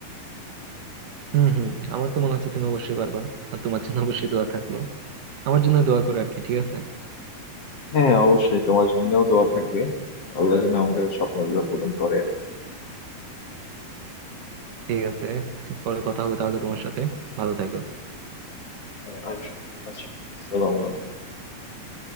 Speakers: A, on the right; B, on the left.
A: হম হম আমার তো মনে হচ্ছে তুমি অবশ্যই পারবা আর তোমার জন্য অবশ্যই দোয়া থাকলো আমার জন্য দোয়া করো আর কি ঠিক আছে
B: হ্যাঁ অবশ্যই তোমার জন্যও দোয়া থাকবে আল্লাহ যেন আমাদের স্বপ্নগুলো পূরণ করে আর কি।
A: ঠিক আছে পরে কথা হবে তাহলে তোমার সাথে ভালো থেকো
B: হ্যাঁ অবশ্যই আচ্ছা আসসালামু আলাইকুম